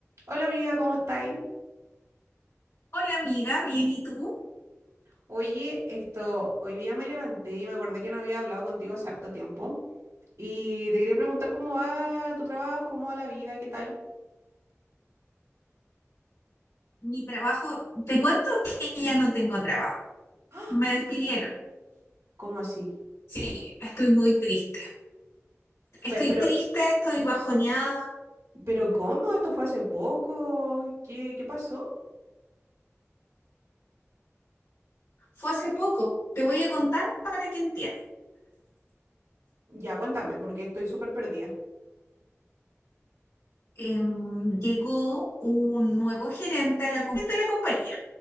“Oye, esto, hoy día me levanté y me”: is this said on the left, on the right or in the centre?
Right